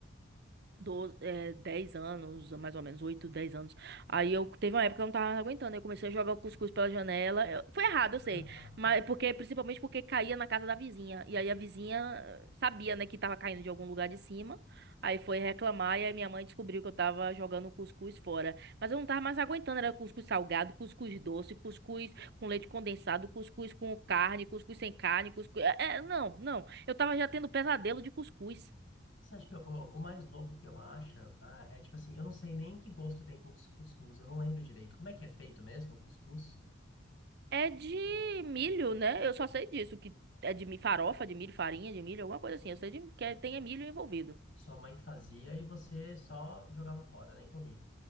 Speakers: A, on the right; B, on the left.
A: 12, é, 10 anos, mais ou menos, 8 10 anos. Aí eu teve uma época que eu não tava aguentando, eu comecei a jogar o cuscuz pela janela. Eu- foi errado,
B: <laughs>
A: eu sei, mas porque principalmente porque caía na casa da vizinha. E aí a vizinha eh, sabia, né, que tava caindo de algum lugar de cima. Aí foi reclamar e aí minha mãe descobriu que eu tava jogando o cuscuz fora. Mas eu não tava mais aguentando, era cuscuz salgado, cuscuz doce, cuscuz com leite condensado, cuscuz com carne, cuscuz sem carne, cuscuz. É, é, não, não. Eu tava já tendo pesadelo de cuscuz.
B: Você acha que eu- o, o mais louco que eu acho, ah, é tipo assim, eu não sei nem que gosto tem cus- cuscuz, eu não lembro direito. Como é que é feito mesmo o cuscuz?
A: É de milho, né? Eu só sei disso, que é de mi- farofa, de milho, farinha de milho, alguma coisa assim. Eu sei de, que é- tem é milho envolvido.
B: Sua mãe que fazia e você só jogava fora, nem comia.